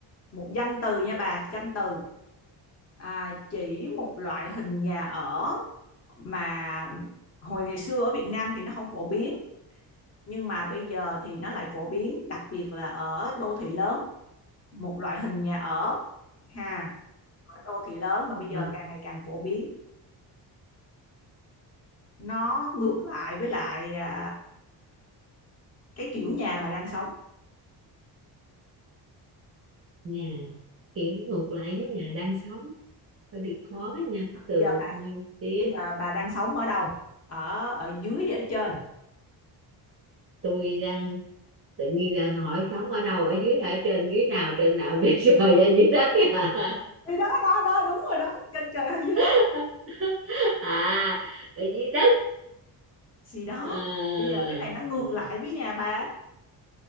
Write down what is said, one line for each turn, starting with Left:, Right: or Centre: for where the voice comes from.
Left: một danh từ nha bà, danh từ. À, chỉ một loại hình nhà ở mà hồi ngày xưa ở Việt Nam thì nó không phổ biến, nhưng mà bây giờ thì nó lại phổ biến, đặc biệt là ở đô thị lớn, một loại hình nhà ở ha, ở đô thị lớn mà bây giờ
Right: ờ,
Left: càng ngày càng phổ biến. Nó ngược lại với lại à, cái kiểu nhà bà đang sống
Right: nhà kiểu ngược lại với nhà đang sống hơi bị khó nha từ
Left: giờ bà
Right: ngay tiếp
Left: bây giờ bà đang sống ở đâu ở ở dưới hay ở trên
Right: tôi đang tự nhiên đang hỏi sống ở đâu ở dưới ở trên dưới nào trên nào <laughs> trên trời hay dưới đất à,
Left: thì đó đó đó đúng rồi đó trên trời hay dưới
Right: <laughs>
Left: đất
Right: à ở dưới đất
Left: gì đó
Right: à,
Left: bây giờ
Right: à.
Left: cái này nó ngược lại với nhà bà